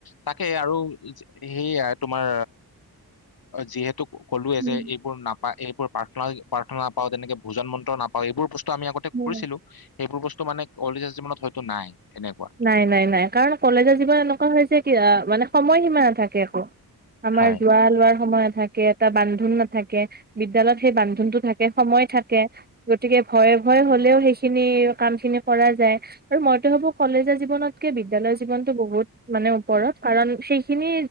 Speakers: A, on the left; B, on the right.
A: তাকে আৰু সেইয়া তোমাৰ যিহেতু। ক'লোয়ে
B: উম,
A: যে এইবোৰ নাপায় এই। প্ৰাৰ্থনা প্ৰাৰ্থনাাপাওঁ তেনেকে ভোজন মন্ত্ৰ নাপাওঁ এইবোৰ বস্তু। আমি আগতে
B: উম,
A: কৰিছিলো এইবোৰ বস্তু। মানে অ কলেজৰ জীৱনত হয়তো নাই। তেনেকুৱা
B: নাই নাই নাই কাৰণ কলেজৰ জীৱনমান এনেকুৱা হৈছে কি মানে। সময় সীমা নাথাকে আকৌ। আমাৰ
A: হয়
B: যোৱা লোৱাৰ সময়ত। থাকে এটা বান্ধোন নাথাকে বিদ্যালয়ত সেই বান্ধোনতটো থাকে সময় থাকে গতিকে ভয় ভয় হলেও সেইখিনি কাম খিনি কৰা যায় আৰু মইতো ভাবো। কলেজীয়া জীৱনত। কে বিদ্যালয় জীৱনটো বহুত। মানে ওপৰত কাৰণ সেইখিনি